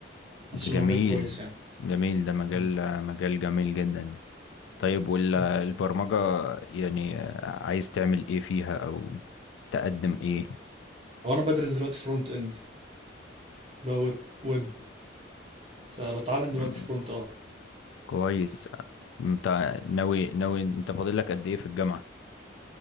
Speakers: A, on the right; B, on the left.
A: حاسس
B: جميل
A: انه مجال كويس يعني
B: جميل ده مجال
A: مم.
B: مجال جميل جدا طيب والبرمجة
A: مم.
B: يعني آه، عايز تعمل ايه فيها او تقدم ايه؟
A: هو انا بدرس دلوقتي فرونت اند اللي هو ويب ويب فبتعلم دلوقتي
B: امم
A: فرونت اه
B: كويس انت ناوي ناوي انت فاضل لك قد ايه في الجامعة